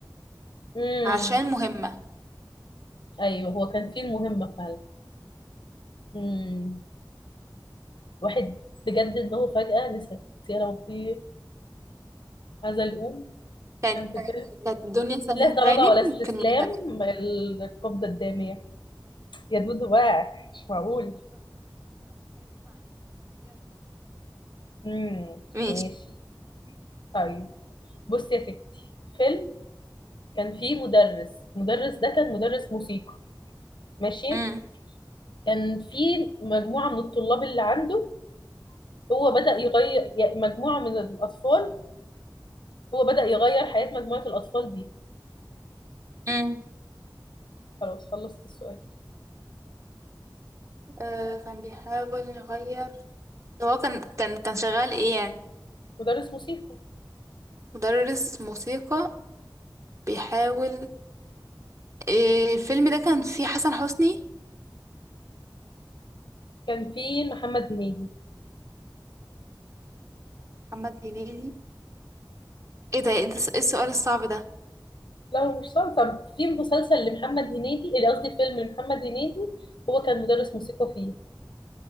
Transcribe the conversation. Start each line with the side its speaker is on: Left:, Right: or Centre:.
Left: امم
Right: عشان مهمه
Left: ايوه هو كان فيه المهمه فعلا امم واحد بجد ان هو فجاه نسيت يا ربي هذا الأم
Right: كانت
Left: كان في فيلم
Right: كانت دنيا سمير
Left: لا درجة
Right: غانم
Left: ولا استسلام
Right: في المسلسل
Left: القبضة الدامية يا دودو بقى مش معقول امم
Right: ماشي
Left: ماشي طيب بصي يا ستي فيلم كان في مدرس المدرس ده كان مدرس موسيقى ماشي
Right: امم
Left: كان في مجموعة من الطلاب اللي عنده هو بدأ يغير يعني مجموعة من الأطفال هو بدأ يغير حياة مجموعة الأطفال دي
Right: امم
Left: خلاص خلصت السؤال
Right: آه كان بيحاول يغير هو كان كان كان شغال ايه يعني
Left: مدرس موسيقى
Right: مدرس موسيقى بيحاول إيه الفيلم ده كان فيه حسن حسني
Left: كان في محمد هنيدي
Right: محمد هنيدي ايه ده ايه ده- إيه السؤال الصعب ده
Left: لا هو مش صار طب في مسلسل لمحمد هنيدي اللي قصدي فيلم لمحمد هنيدي هو كان مدرس موسيقى فيه